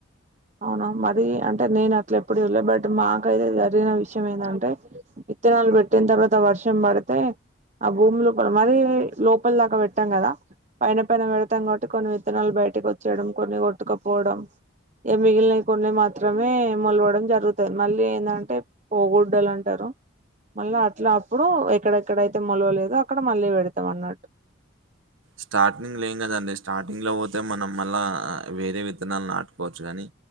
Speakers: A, on the right (about 35°); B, on the right (about 75°).
A: అవునా మర అంటే నేను అట్ల ఎప్పుడ వెళ్లే బట్ మాకైతే జరిగిన విషయం ఏందంటే ఇత్నాలు పెట్టిన తర్వాత వర్షం మడితే ఆ భూమి లోపల మరి లోపల దాకా పెట్టాం కదా పైన పైన పెడతాం కాబట్టి కొన్ని విత్తనాలు బ బయటకి వచ్చేడం, కొన్ని కొట్టుకపోవడం ఏ మిగిలినవి కొన్ని మాత్రమే మొలవడం జరుగుతుంది. మళ్ళీ ఏంటంటే పోగుడ్డలు అంటారు. మళ్ళీ అట్లా అప్పుడు ఎక్కడెక్కడయితే మొలవలేదు అక్కడ మళ్ళీ పెడతాం అన్నట్టు
B: స్టార్టింగ్ లో ఏం కదండి స్టార్టింగ్ లో పోతే మనం మళ్ళా వేరే విత్తనాలు నాటుకోవచ్చు కానీ